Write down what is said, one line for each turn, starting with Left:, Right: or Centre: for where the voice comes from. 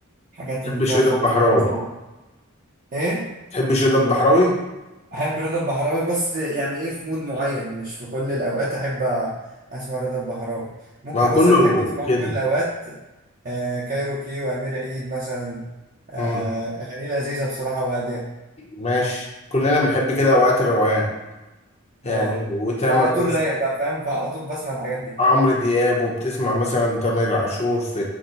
Right: الحاجات
Left: تحب
Right: اللي
Left: الشيدر
Right: فيها خبط
Left: البحراوي
Right: ورزع و... ايه
Left: تحب الشيدر البحراوي
Right: احب رضا البحراوي بس يعني ايه في مود معين مش في كل الاوقات احب أ- اسمع رضا البحراوي ممكن
Left: ما هو كله
Right: مثلا اللي احب اسمعه
Left: كده
Right: في كل الاوقات آه كايروكي وامير عيد مثلا آه
Left: امم
Right: اغاني لذيذه بصراحه وهاديه
Left: ماشي كلنا بنحب كده اوقات الروقان يعني
Right: اه
Left: وتامر
Right: انا على طول
Left: حسني
Right: رايق بقى فاهم فعلى طول بسمع الحاجات دي
Left: عمرو دياب وبتسمع مثلا تامر عاشور في